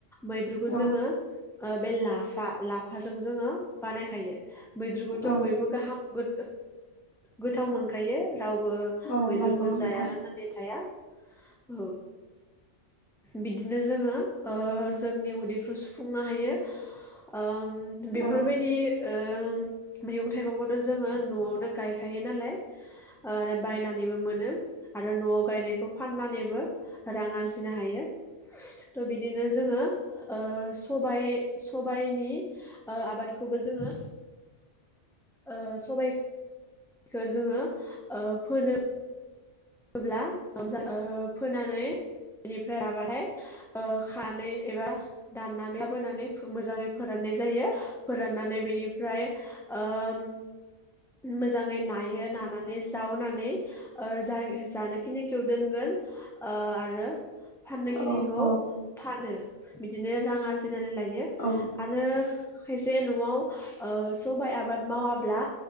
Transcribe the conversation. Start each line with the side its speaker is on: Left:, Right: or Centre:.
Centre: मैद्रु जोङो
Left: औ
Centre: बे लाफा लाफा लाफाजों जोङो बानायखायो मैद्रुखौथ'
Left: औ
Centre: बयबो गाहाम ओ गोथाव मोनखायो रावबो
Left: औ
Centre: मैद्रुखौ
Left: नंगौ नोंथां
Centre: जाया होननानै थाया औ बिदिनो जोङो ओ जोंनि उदै खौ सुफुंनो हायो ओम बेफोरबायदि
Left: औ
Centre: ओ मैगं थाइगंखौथ' जोङो न'आवनो गायखायो नालाय आरो बायनानैबो मोनो आरो आरो न'आव गायनायखौ फाननानैबो रां आरजिनो हायो त' बिदिनो जोङो ओ सबाय सबायाइनि ओ आबादखौबो जोङो ओ सबाय स जोङो ओ फोनो होब्ला <unintelligible> फोनानै बेनिफ्राय राबाथाय ओ खानानै एबा दाननानै लाबोनानै मोजाङै फोराननाय जायो फोराननानै बेनिफ्राय ओम मोजाङै नायो नानानै जावनानै जाय जानोखिनिखौ दोनगोन ओ आरो फाननाय
Left: औ
Centre: खिनिखौ
Left: औ
Centre: फानो बिदिनो रां आरजिनानै लायो
Left: औ
Centre: आरो खायसे न'आव ओ सबाइ आबाद मावाब्ला